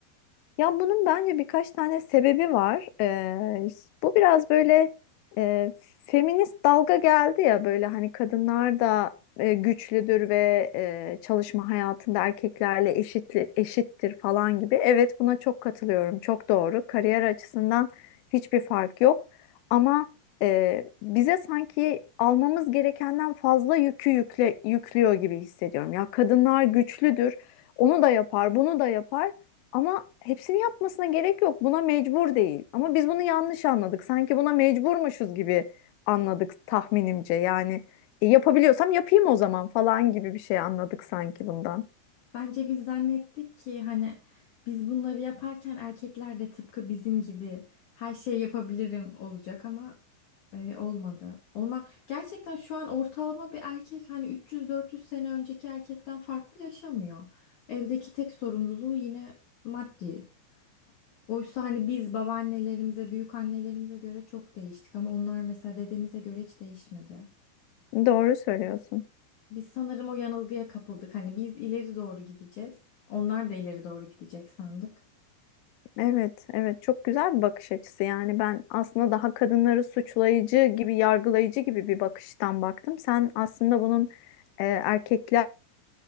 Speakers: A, on the left; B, on the left.
A: Ya bunun bence birkaç tane sebebi var. Ee, bu biraz böyle e, feminist dalga geldi ya böyle hani kadınlar da e, güçlüdür ve e, çalışma hayatında erkeklerle eşit eşittir falan gibi. Evet buna çok katılıyorum. Çok doğru. Kariyer açısından hiçbir fark yok. Ama e, bize sanki almamız gerekenden fazla yükü yükle, yüklüyor gibi hissediyorum. Ya kadınlar güçlüdür. Onu da yapar, bunu da yapar. Ama hepsini yapmasına gerek yok. Buna mecbur değil. Ama biz bunu yanlış anladık. Sanki buna mecburmuşuz gibi anladık tahminimce. Yani e, yapabiliyorsam yapayım o zaman falan gibi bir şey anladık sanki bundan.
B: Bence biz zannettik ki hani biz bunları yaparken erkekler de tıpkı bizim gibi her şeyi yapabilirim olacak ama e, olmadı. Onlar gerçekten şu an ortalama bir erkek hani 300-400 sene önceki erkekten farklı yaşamıyor. Evdeki tek sorumluluğu yine maddi. Oysa hani biz babaannelerimize, büyük annelerimize göre çok değiştik ama onlar mesela dedemize göre hiç değişmedi.
A: Doğru söylüyorsun.
B: Biz sanırım o yanılgıya kapıldık. Hani biz ileri doğru gideceğiz. Onlar da ileri doğru gidecek sandık.
A: Evet, evet çok güzel bir bakış açısı. Yani ben aslında daha kadınları suçlayıcı gibi, yargılayıcı gibi bir bakıştan baktım. Sen aslında bunun e, erkekler